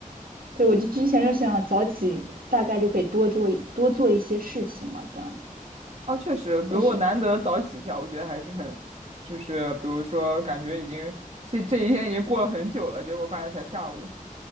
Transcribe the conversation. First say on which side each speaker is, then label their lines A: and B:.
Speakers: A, on the right (about 85°); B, on the right (about 50°).
A: 对，我就之前就想早起大概就可以多做一多做一些事情嘛，这样子。
B: 啊，确实，比如我难得早起一下，
A: 但是
B: 我觉得还是很，就是比如说感觉已经这这一天已经过了很久了，结果发现才下午。